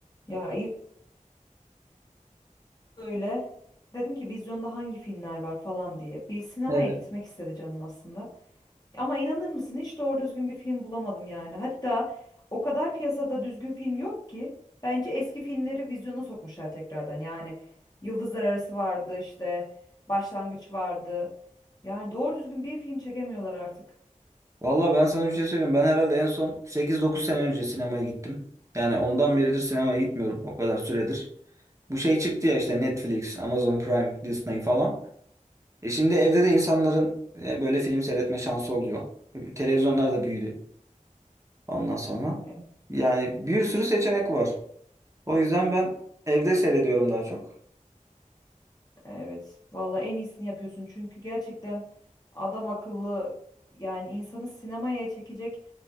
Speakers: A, on the left (about 30°); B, on the right (about 20°).
A: Ya ilk öyle dedim ki vizyonda hangi filmler var falan diye. Bir sinemaya
B: Evet.
A: gitmek istedi canım aslında. Ama inanır mısın hiç doğru düzgün bir film bulamadım yani. Hatta o kadar piyasada düzgün film yok ki bence eski filmleri vizyona sokmuşlar tekrardan. Yani Yıldızlar Arası vardı işte Başlangıç vardı. Yani doğru düzgün bir film çekemiyorlar artık.
B: Valla ben sana bir şey söyleyeyim. Ben herhalde en son sekiz, dokuz sene önce sinemaya gittim. Yani ondan beridir sinemaya gitmiyorum. O kadar süredir. Bu şey çıktı ya işte Netflix, Amazon Prime, Disney falan. E şimdi evde de insanların e, böyle film seyretme şansı oluyor. E, Televizyonlar da büyüdü ondan sonra.
A: E-
B: Yani bir sürü seçenek var. O yüzden ben evde seyrediyorum daha çok.
A: Evet, valla en iyisini yapıyorsun çünkü gerçekten adam akıllı yani insanı sinemaya çekecek